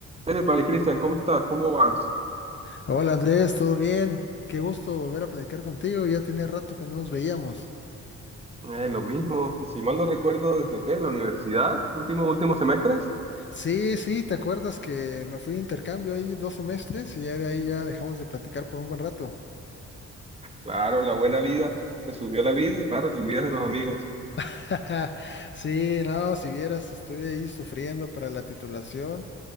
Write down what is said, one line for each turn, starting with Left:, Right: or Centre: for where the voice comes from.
Right: Hey, Pali Cristian, ¿cómo estás? ¿Cómo vas?
Left: Hola Andrés, ¿todo bien? Qué gusto volver a platicar contigo, ya tenía rato que no nos veíamos.
Right: Eh, lo mismo, si mal no recuerdo, ¿desde qué? ¿La universidad? ¿Último, últimos semestres?
Left: Sí, sí, ¿te acuerdas que me fui de intercambio ahí dos semestres y ya de ahí ya dejamos de platicar por un buen rato?
Right: Claro, la buena vida. Te subió la vida, claro, te olvidas de los amigos.
Left: <laughs> Sí, no, si vieras, estuve ahí sufriendo para la titulación.